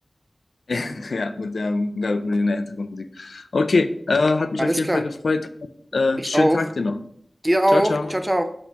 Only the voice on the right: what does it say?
Alles
klar.
Mich
auch.
Dir auch.
Ciao, ciao.